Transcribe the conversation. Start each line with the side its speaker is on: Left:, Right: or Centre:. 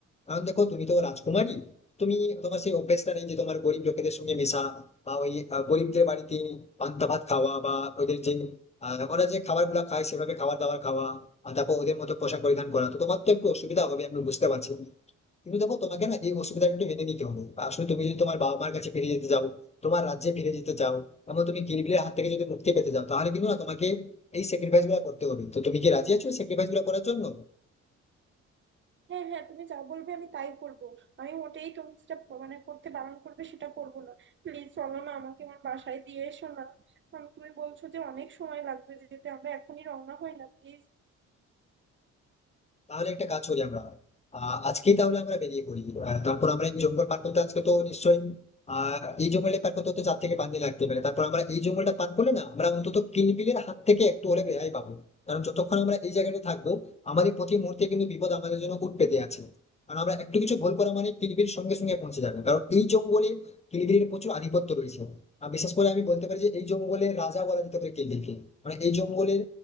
Left: কারণ দেখো তুমি তো রাজকুমারী তুমি তোমার সেই অভ্যেসটা নেই যে তোমার গরিব লোকেদের সঙ্গে মেশা বা ওই আহ, গরিবদের বাড়িতে পান্তা ভাত খাওয়া বা ওদের যে আহ, ওরা যে খাবার গুলা খায় সেভাবে খাবার দাবার খাওয়া আর তারপর ওদের মতো পোশাক পরিধান করা তো তোমার তো একটু অসুবিধা হবে আমি বুঝতে পারছি কিন্তু দেখো তোমাকে না এই অসুবিধাটা একটু মেনে নিতে হবে আসলে তুমি যদি তোমার বাবা মার কাছে ফিরে যেতে চাও তোমার রাজ্যে ফিরে যেতে চাও এবং তুমি কিরবিলের হাত থেকে যদি মুক্তি পেতে চাও তাহলে কিন্তু না তোমাকে এই স্যাক্রিফাইস গুলো করতে হবে তো তুমি কি রাজি আছো স্যাক্রিফাইস গুলো করার জন্য
Right: হ্যাঁ হ্যাঁ তুমি যা বলবে আমি তাই করব আমি মোটেই তুমি যেটা মানে করতে বারণ করবে সেটা করব না প্লিজ চলো না আমাকে আমার বাসায় দিয়ে এসো না আমি তুমি বলছো যে অনেক সময় লাগবে যেতে আমরা এখনই রওনা হই না প্লিজ
Left: তাহলে একটা কাজ করি আমরা আহ আজকেই তাহলে আমরা বেরিয়ে পড়ি আহ, তারপর আমরা এই জঙ্গল পার করতে আজকে তো নিশ্চয়ই আহ এই জঙ্গলটা পার করতে হতে চার থেকে পাঁচ দিন লাগতে পারে তারপর আমরা এই জঙ্গলটা পার করলে না আমরা অন্তত কিলবিলের হাত থেকে একটু হলে রেহাই পাবো কারণ যতক্ষণ আমরা এই জায়গাটা থাকবো আমাদের প্রতি মুহূর্তে কিন্তু বিপদ আমাদের জন্য উঠ পেতে আছে কারণ আমরা একটু কিছু ভুল করা মানে কিলবিল সঙ্গে সঙ্গে পৌঁছে যাবে কারণ এই জঙ্গলে কিলবিলের প্রচুর আধিপত্য রয়েছে আর বিশেষ করে আমি বলতে পারি যে এই জঙ্গলের রাজা বলা যেতে পারে কিলবিলকে মানে এই জঙ্গলের